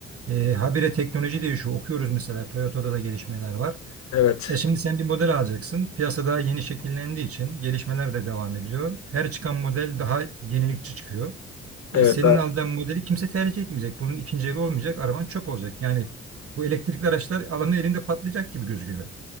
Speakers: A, on the right (about 45°); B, on the left (about 60°).
A: E, habire teknoloji değişiyor. Okuyoruz mesela Toyota'da da gelişmeler var.
B: Evet.
A: E şimdi sen bir model alacaksın. Piyasa daha yeni şekillendiği için gelişmeler de devam ediyor. Her çıkan model daha yenilikçi çıkıyor. E,
B: Evet.
A: senin
B: ha,
A: alacağın modeli kimse tercih etmeyecek. Bunun ikinci eli olmayacak. Araban çöp olacak. Yani bu elektrikli araçlar alanın elinde patlayacak gibi gözüküyor.